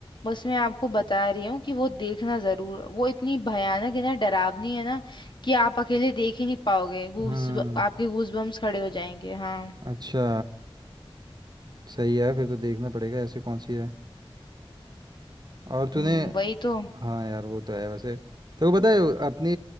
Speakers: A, on the left; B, on the right.
A: बस मैं आपको बता रही हूँ कि वो देखना जरूर वो इतनी भयानक है ना डरावनी है ना कि आप अकेले देख ही नहीं पाओगे गूज
B: हम्म
A: आपके गूज बम्स खड़े हो जाएंगे हाँ
B: अच्छा सही है फिर तो देखना पड़ेगा ऐसी कौन सी है और तूने
A: हम्म वही तो
B: हाँ यार वो तो है वैसे तेरे को पता है अपनी